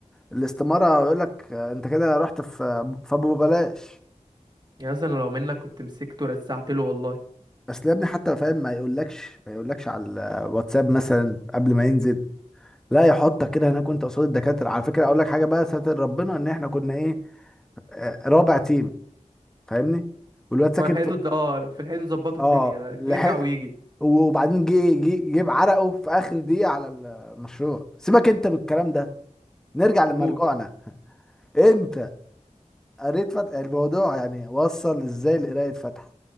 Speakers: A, in the centre; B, on the right.
A: الاستماره ويقول لك آه، انت كده رحت في فابو بلاش
B: يعني مثلا لو منك كنت مسكته ورزعت له والله
A: اصل يا ابني حتى فاهم ما يقولكش ما يقولكش على الواتساب مثلا قبل ما ينزل لا يحطك كده هناك وانت قصاد الدكاتره على فكره اقول لك حاجه بقى ساتر ربنا ان احنا كنا ايه آه، رابع تيم فاهمني والواد
B: فلحقته
A: ساكن في
B: د- اه في الحيطه ظبطوا
A: اه
B: الدنيا لا،
A: لحق
B: يرجع ويجي
A: وبعدين جه جه جه بعرقه في اخر دقيقه على المشروع سيبك انت من الكلام ده نرجع لمرجوعنا
B: قول
A: انت قريت فتح الموضوع يعني وصل ازاي لقرايه فتح